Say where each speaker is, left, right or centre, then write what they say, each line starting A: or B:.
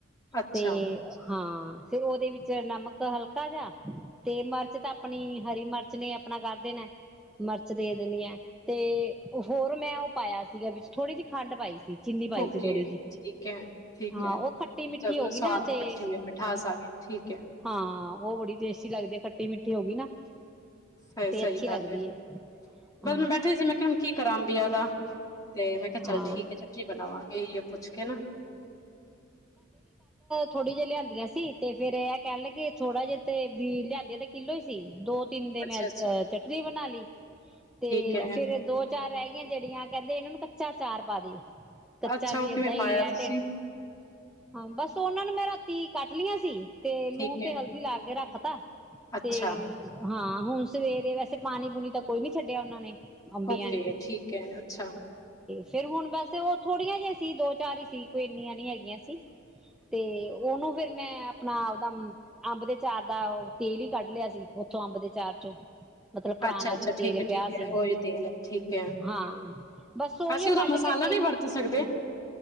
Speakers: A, on the left; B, in the centre.
A: ਅੱਛਾ
B: ਤੇ ਹਾਂ, ਫਿਰ ਉਹਦੇ ਵਿੱਚ ਨਮਕ ਹਲਕਾ ਜਿ ਤੇ ਮਿਰਚ ਤਾਂ ਆਪਣੀ ਹਰੀ ਮਿਰਚ ਨੇ ਆਪਣਾ ਕਰ ਦੇਣਾ ਮਿਰਚ ਦੇ ਦੇਣੀ ਹੈ ਤੇ ਹੋਰ ਮੈਂ ਉਹ ਪਾਇਆ ਸੀਗਾ ਵਿੱਚ ਥੋੜ੍ਹੀ ਜਿਹੀ ਖੰਡ ਪਾਈ ਸੀ ਚੀਨੀ ਪਾਈ
A: ਓਕੇ
B: ਸੀ ਥੋੜ੍ਹੀ ਜਿਹੀ
A: ਠੀਕ ਹੈ, ਠੀਕ
B: ਹਾਂ
A: ਹੈ,
B: ਉਹ ਖੱਟੀ ਮਿੱਠੀ
A: ਜਦੋਂ
B: ਹੋ ਗਈ
A: ਸਵਾਦ
B: ਨਾ ਤੇ
A: ਭੱਠੀ ਹੈ ਮਿਠਾਸ ਆ ਗ ਠੀਕ ਹੈ
B: ਹਾਂ ਉਹ ਬੜੀ ਟੇਸਟੀ ਲੱਗਦੀ ਖੱਟੀ ਮਿੱਠੀ ਹੋ ਗਈ ਨਾ
A: ਹੈ।
B: ਤੇ
A: ਸਹੀ
B: ਅੱਛੀ
A: ਗੱਲ
B: ਲੱਗਦੀ
A: ਹੈ
B: ਏ ਹਾਂ
A: ਬਸ ਬੈਠੇ ਸੀ, ਮੈਂ ਕਿਹਾ ਹੁਣ ਕੀ ਕਰਾਂ ਬਆਦਾ ਤੇ ਮੈਂ ਕਿਹਾ
B: ਹਾਂ
A: ਚੱਲ ਠੀਕ ਚਟਨੀ ਬਣਾਵਾਂ ਇਹੀ ਹੈ ਪੁੱਛ ਕੇ ਨਾ
B: ਥੋੜੀ ਜਿਹੀ ਲਿਆਂਦੀਆਂ ਸੀ, ਤੇ ਫਿਰਰ ਕਹਿ ਲਗੇ ਥੋੜਾ ਜਿਹਾ ਤੇ ਵੀ ਲਿਆਂਦੀਆਂ ਤੇ ਕਿੱਲੋ ਹੀ ਸੀ ਦੋ ਤਿੰਨ ਦੇ
A: ਅੱਛਾ
B: ਮੈਂ
A: ਅੱਛਾ
B: ਅਹ ਚੱਟਨੀ ਬਣਾ ਲਈ ਤੇ
A: ਠੀਕ ਹੈ
B: ਫੇਰ ਦੋ ਚਾਰ ਰਹਿ ਗਈਆਂ ਜਿਹੜੀਆਂ ਕਹਿੰਦੇ ਇਹਨਾਂ ਨੂੰ ਕੱਚਾ ਚਾਰ ਪਾ ਦੇ। ਕੱਚਾ
A: ਅੱਛਾ
B: ਵੀ
A: ਉਹ ਕਿਵੇਂ
B: ਏਦਾਂ ਹੀ
A: ਪਾਇਆ
B: ਹੈ
A: ਤੁਸੀਂ।
B: ਢਿੱਡ ਹਾਂ, ਬਸ ਉਹਨਾਂ ਨੂੰ ਮੈਂ ਰਾਤੀ ਕੱਟ ਲਈਆਂ ਸੀ। ਤੇ ਲੂਣ
A: ਠੀਕ
B: ਤੇ
A: ਹੈ
B: ਹਲਦੀ ਲਾ ਕੇ ਰੱਖ ਖਤਾ
A: ਅੱਛਾ
B: ਤੇ ਹਾਂ ਹੁਣ, ਸਵੇਰੇ ਵੈਸੇ ਪਾਣੀ-ਪੂਣੀ ਤਾਂ ਕੋਈ ਨੀ ਛੱਡਿਆ ਉਹਨਾਂ ਨੇ ਅੰਬੀਆਂ
A: ਓਕੇ, ਠੀਕ ਹੈ ਅੱਛਾ।
B: ਫਿਰ ਹੁਣ ਵੈਸੇ ਉਹ ਥੋੜੀਆਂ ਜਿਹੀਆਂ ਸੀ ਦੋ ਚਾਰ ਹੀ ਸੀ। ਕੋਈ ਇੰਨੀਆਂ ਨੀ ਹੈਗੀਆਂ ਸੀ, ਤੇ ਉਹਨੂੰ ਫੇਰ ਮੈਂ ਆਪਣਾ ਦਾ ਅੰਬ ਦੇ ਅਚਾਰ ਦਾ ਤੇਲ ਹੀ ਕੱਢ ਲਿਆ ਸੀ, ਉੱਥੋਂ ਅੰਬ ਦੇ ਅਚਾਰ ਚੋਂ ਮਤਲਬ ਪੁਰਾਣਾ
A: ਅੱਛਾ- ਅੱਛਾ
B: ਜੋ ਤੇਲ
A: ਠੀਕ ਹੈ
B: ਪਿਆ
A: ਠੀਕ
B: ਸੀਗਾ
A: ਹੈ, ਉਹੀ ਤੇਲ ਹੈ ਠੀਕ ਹੈ,
B: ਹਾਂ ਬਸ ਉਹੀਓ
A: ਅਸੀਂ ਉਹਦਾ
B: ਕੱਢ
A: ਮਸਾਲਾ
B: ਕੇ ਤੇ
A: ਨਹੀਂ ਵਰਤ ਸਕਦੇ।